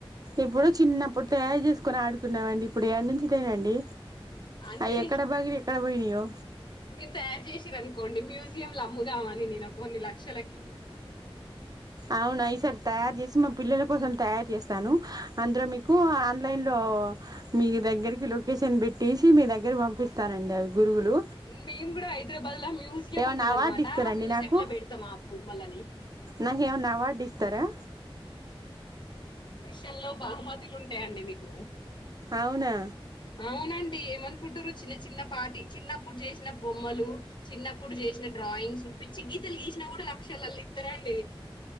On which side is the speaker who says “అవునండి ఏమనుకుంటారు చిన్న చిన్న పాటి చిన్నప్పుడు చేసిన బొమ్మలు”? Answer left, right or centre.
Left